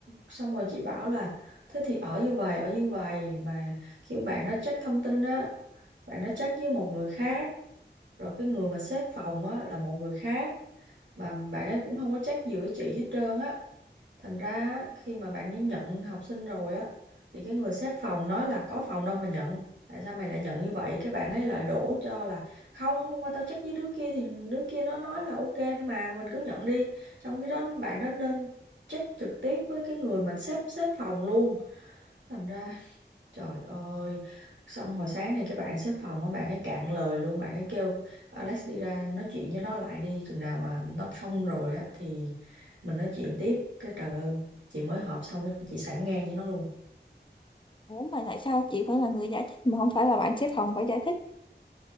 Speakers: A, on the right (about 85°); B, on the left (about 25°).
A: xong rồi chị bảo là thế thì ở như vậy ở như vậy mà kiểu bạn nó check thông tin á bạn nó check với một người khác rồi cái người mà xếp phòng á là một người khác mà bạn ấy cũng không có check gì với chị hết trơn á Thành ra á, khi mà bạn ấy nhận học sinh rồi á thì cái người xếp phòng nói là có phòng đâu mà nhận. Tại sao mày lại nhận như vậy? Cái bạn ấy lại đổ cho là không hôm qua tao chắc với đứa kia thì đứa kia nó nói là ok mà mình cứ nhận đi. Trong khi đó bạn đó nên check trực tiếp với cái người mà xếp xếp phòng luôn. Thành ra Trời ơi, xong hồi sáng này cái bạn xếp phòng á, bạn ấy cạn lời luôn, bạn ấy kêu Alex đi ra nói chuyện với nó lại đi, chừng nào mà nó thông rồi á thì mình nói chuyện tiếp. Cái trời ơi, chị mới họp xong cái chị sảng ngang với nó luôn.
B: Ủa mà tại sao chị phải là người giải thích mà không phải là bạn xếp phòng phải giải thích?